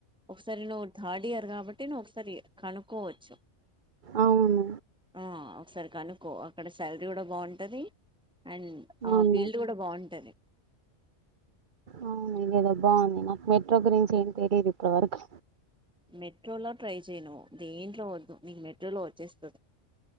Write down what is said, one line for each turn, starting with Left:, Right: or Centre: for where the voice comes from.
Centre: ఒకసారి నువ్వు థర్డ్ ఇయర్ కాబట్టి నువ్వు ఒకసారి కనుక్కోవచ్చు
Right: అవును
Centre: ఆ ఒకసారి కనుకో అక్కడ శాలరీ కూడా బాగుంటది అండ్ ఆ
Right: అవునా
Centre: ఫీల్డ్ కూడా బాగుంటది
Right: అవును ఇదేదో బాగుంది నాకు మెట్రో గురించి ఏం తెలియదు ఇప్పటి వరకు
Centre: మెట్రోలో ట్రై చేయి నువ్వు దేంట్లో వద్దు నీకు మెట్రోలో వచ్చేస్తది